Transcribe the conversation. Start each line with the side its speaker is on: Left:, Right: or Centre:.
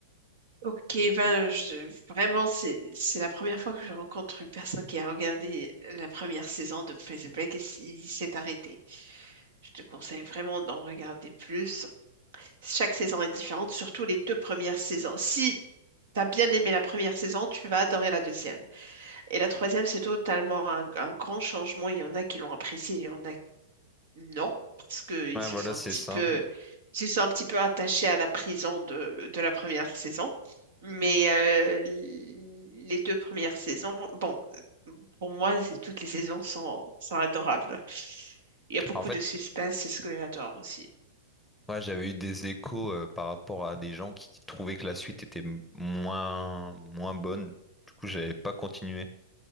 Right: Ok, ben je- vraiment, c'est c'est la première fois que je rencontre une personne qui a regardé euh, la première saison de Prison Break et s- il s'est arrêté. Je te conseille vraiment d'en regarder plus. Chaque saison est différente, surtout les deux premières saisons. Si tu as bien aimé la première saison, tu vas adorer la deuxième. Et la troisième, c'est totalement un, un grand changement. Il y en a qui l'ont apprécié, il y en a non, parce qu'ils
Centre: Ouais,
Right: se
Centre: voilà,
Right: sont un
Centre: c'est
Right: petit
Centre: ça.
Right: peu, ils se sont un petit peu attachés à la prison de, de la première saison. Mais euh, les deux premières saisons, bon, pour moi, c'est- toutes les saisons sont, sont adorables. Il y a beaucoup
Centre: En fait,
Right: de suspense, c'est ce que j'adore aussi.
Centre: Ouais, j'avais eu des échos euh, par rapport à des gens qui trouvaient que la suite était m- moins, moins bonne. Du coup, j'avais pas continué.